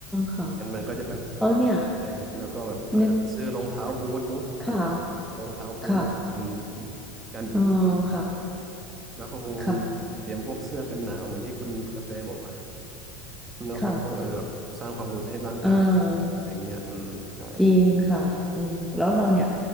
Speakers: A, in the centre; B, on the right (about 20°).
A: ค่ะ
B: ไม่งั้นมันก็จะแบบเดินไปแล้วก็แบบอาจจะไปซื้อรองเท้าบูทมั้งเป็น
A: แล้วเนี่ยนึกค่ะ
B: รองเท้าบูทกัน
A: ค่ะ
B: กันหิมะ
A: เออค่ะ
B: แล้วก็คงมีเตรียมพวกเสื้อกันหนาวเหมือนที่คุณกระแตบอกแหละ
A: ค่ะ
B: เราคงต้องเออแบบสร้างความอุ่นให้ร่างกายเองอะไรเงี้ยอืมใช่
A: ค่ะเออ จริงค่ะอืมแล้วเราเนี่ย